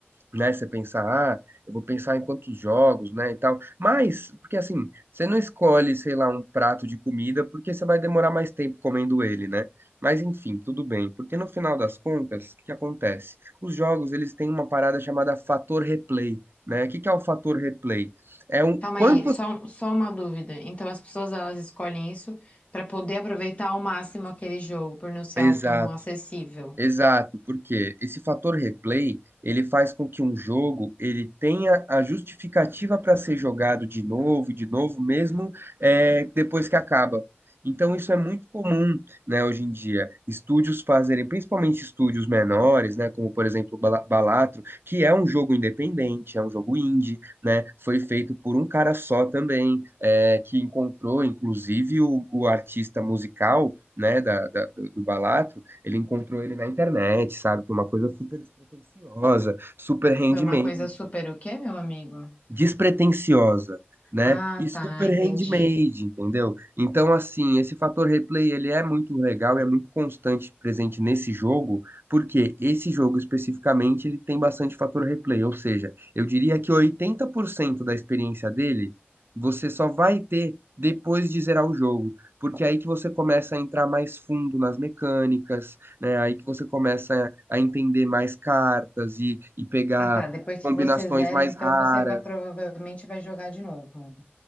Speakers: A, on the right; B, on the left.
A: né? Você pensar, ah, eu vou pensar em quantos jogos, né, e tal. Mas, porque assim, você não escolhe, sei lá, um prato de comida porque você vai demorar mais tempo comendo ele, né? Mas enfim, tudo bem, porque no final das contas, o que que acontece? Os jogos, eles têm uma parada chamada fator replay, né? O que que é o fator replay? É um
B: Calma
A: quanto
B: aí, só, só uma dúvida. Então as pessoas elas escolhem isso para poder aproveitar ao máximo aquele jogo, por não ser
A: Exato.
B: algo tão acessível.
A: Exato, porque esse fator replay, ele faz com que um jogo ele tenha a justificativa para ser jogado de novo e de novo, mesmo é, depois que acaba. Então isso é muito comum, né, hoje em dia. Estúdios fazerem, principalmente estúdios menores, né, como por exemplo o Bala- Balatro, que é um jogo independente, é um jogo indie, né, foi feito por um cara só também, é, que encontrou inclusive o, o artista musical, né, da, da- do do Balatro ele encontrou ele na internet, sabe? Foi uma coisa super despretensiosa, super handmade,
B: Foi uma coisa super o quê, meu amigo?
A: despretensiosa, né?
B: Ah,
A: E super
B: tá, entendi.
A: handmade, entendeu? Então, assim, esse fator replay, ele é muito legal, é muito constante presente nesse jogo, porque esse jogo especificamente, ele tem bastante fator replay, ou seja, eu diria que 80% da experiência dele, você só vai ter depois de zerar o jogo. Porque é aí que você começa a entrar mais fundo nas mecânicas, né? É Aí que você começa a a entender mais cartas e, e pegar
B: Ah, tá, depois
A: combinações
B: que você zera,
A: mais
B: então
A: raras
B: você vai- provavelmente vai jogar de novo.